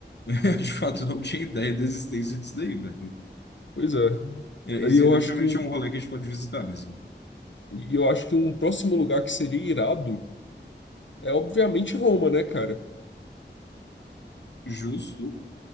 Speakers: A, on the left (about 65°); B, on the left (about 80°).
A: <laughs> Eu de fato não tinha ideia da existência disso daí, velho.
B: Pois é.
A: É,
B: Aí
A: Isso
B: eu
A: aí definitivamente
B: acho que o,
A: é um rolê que a gente pode visitar mesmo.
B: e eu acho que um próximo lugar que seria irado É obviamente Roma, né, cara?
A: Justo.